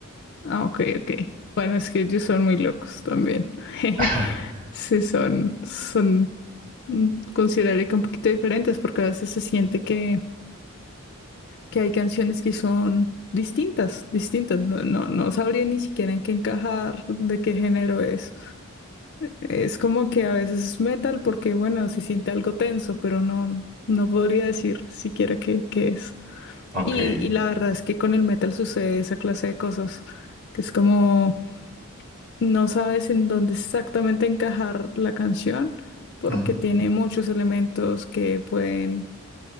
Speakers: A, on the left; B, on the right.
A: Ah, ok, ok. Bueno, es que ellos son muy locos también. <laughs>
B: <laughs>
A: Sí, son, son, mm, consideraría que un poquito diferentes porque a veces se siente que, que hay canciones que son distintas, distintas. No, no, no sabría ni siquiera en qué encajar, de qué género es. Es como que a veces es metal porque, bueno, se siente algo tenso, pero no, no podría decir siquiera qué, qué es.
B: Ok.
A: Y, y la verdad es que con el metal sucede esa clase de cosas, que es como no sabes en dónde exactamente encajar la canción porque
B: Ujú.
A: tiene muchos elementos que pueden